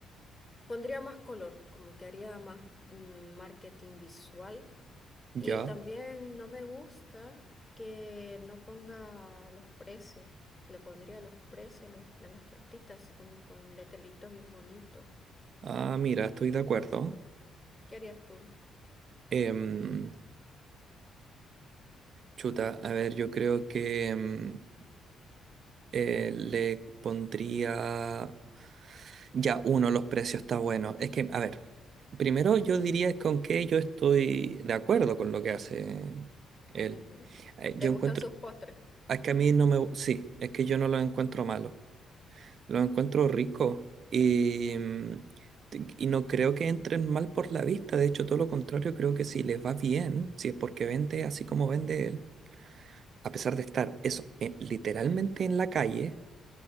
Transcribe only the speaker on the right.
ya.
Ah, mira, estoy de acuerdo.
Em, chuta, a ver, yo creo que em, eh, le pondría... Ya, uno, los precios está bueno. Es que, a ver, primero yo diría con que yo estoy de acuerdo con lo que hace él.
Eh, yo
encuentro,
es que a mí no me, sí, es que yo no lo encuentro malo. Lo encuentro rico y, mm, t- y no creo que entren mal por la vista. De hecho, todo lo contrario, creo que si les va bien, si es porque vende así como vende él, a pesar de estar eso, eh, literalmente en la calle